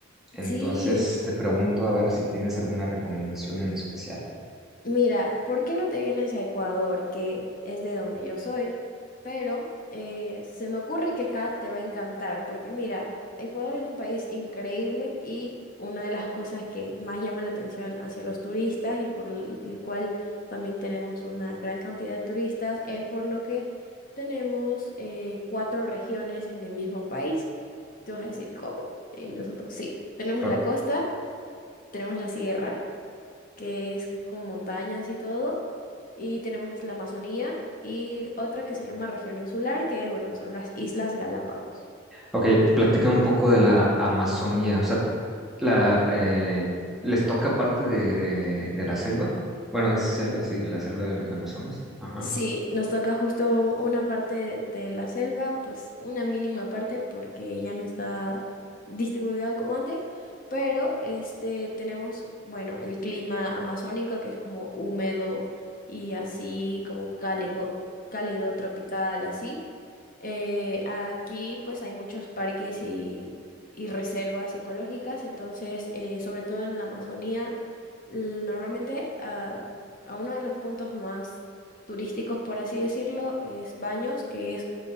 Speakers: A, in the centre; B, on the left.
A: Entonces
B: sí.
A: te pregunto a ver si tienes alguna recomendación en especial.
B: Mira, ¿por qué no te vienes a Ecuador, que es de donde yo soy? Pero eh, se me ocurre que acá te va a encantar, porque mira, Ecuador es un país increíble y una de las cosas que más llaman la atención hacia los turistas y por el el cual también tenemos una gran cantidad de turistas es por lo que tenemos eh, cuatro regiones en el mismo país. Te vas a decir, ¿cómo? Y nosotros sí, tenemos
A: Ok,
B: la costa, tenemos la sierra. que es con montañas y todo. Y tenemos la Amazonía y otra que se llama región insular, que bueno, son las Islas Galápagos.
A: okay, platícame un poco de la Amazonía. O sea, la, eh, ¿les toca parte de, de- de la selva? Bueno, es selva, sí, la selva del Amazonas. Ajá.
B: Sí, nos toca justo una parte de la selva, pues una mínima parte porque ya no está distribuido como antes, pero este tenemos, bueno, el clima amazónico que es como húmedo y así como cálido, cálido tropical, así. Eh, aquí pues hay muchos parques y, y reservas ecológicas, entonces eh, sobre todo en la Amazonía, l- normalmente ah, a uno de los puntos más turísticos, por así decirlo, es Baños, que es